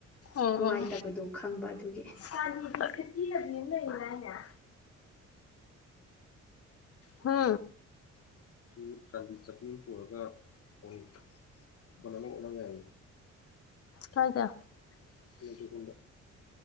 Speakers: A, on the left; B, in the centre.
A: ꯑꯣꯝ
B: ꯅꯨꯡꯉꯥꯏꯇꯕꯗꯣ ꯈꯪꯕ ꯑꯗꯨꯒꯤ
A: ꯀꯥ ꯅꯤ ꯒꯤꯚꯦꯠꯌ ꯄꯤꯕ ꯑꯃ ꯂꯩꯗꯥꯏꯅꯦ ꯍꯥ ꯁꯤ ꯆꯥꯟꯗꯤ ꯆꯠꯄꯤ ꯑꯃ ꯄꯨꯔꯒ ꯑꯣꯏ ꯀꯥꯏꯗ ꯂꯩꯗ